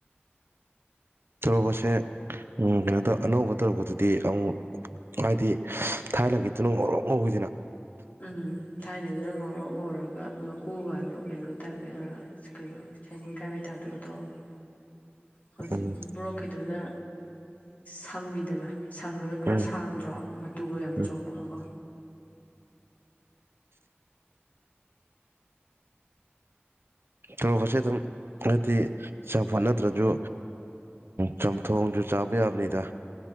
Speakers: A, on the right; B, on the left.
A: ꯇꯣꯔꯣꯕꯣꯠꯁꯦ ꯑꯪ ꯀꯩꯅꯣ ꯑꯅꯧꯕ ꯇꯥꯔꯣꯕꯣꯠꯇꯨꯗꯤ ꯑꯃꯨꯛ ꯍꯥꯏꯗꯤ ꯊꯥꯏꯅꯒꯤꯗꯨꯅ ꯉꯧꯔꯣꯛ ꯉꯧꯏꯗꯅ
B: ꯎꯝ ꯊꯥꯏꯅꯗꯨꯅ ꯉꯧꯔꯣꯛ ꯉꯧꯔꯒ ꯃꯀꯨ ꯒꯗꯣ ꯀꯩꯅꯣ ꯀꯩꯅꯣ ꯁꯥꯏꯅꯤꯡ ꯀꯕꯒꯤ ꯇꯥꯏꯞꯇ ꯒ ꯇꯧꯕꯅꯤ ꯍꯧꯖꯤꯛ
A: ꯎꯝ
B: ꯕ꯭ꯂꯣꯛꯀꯤꯗꯨꯅ ꯁꯪꯉꯤꯗꯅ ꯁꯪꯉꯒ ꯈꯔ
A: ꯎꯝ
B: ꯁꯥꯡꯗ꯭ꯔꯣ ꯃꯇꯨꯒ ꯌꯥꯝ
A: ꯎꯝ
B: ꯆꯣꯝꯃꯒꯀꯣ
A: ꯇꯣꯔꯣꯕꯣꯠ ꯁꯦ ꯑꯗꯨꯝ ꯍꯥꯏꯗꯤ ꯆꯥꯝꯐꯨꯠ ꯅꯠꯇ꯭ꯔꯁꯨ ꯆꯝꯊꯣꯡꯁꯨ ꯆꯥꯕ ꯌꯥꯕꯅꯤꯗ